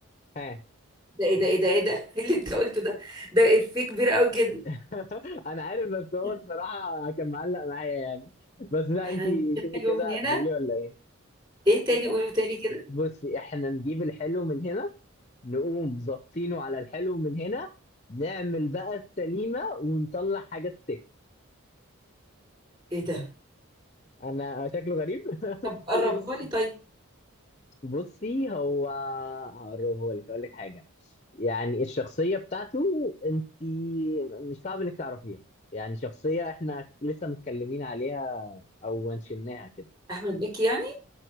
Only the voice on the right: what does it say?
ده ايه ده ايه ده ايه ده <laughs> إيه اللي انت قلته ده ده افيه كبير قوي كده
<laughs>
احنا
هنجيب
حاجة
من هنا
ايه
تاني قولوا تاني كده
ايه ده
طب
قربها لي طيب
احمد مكي يعني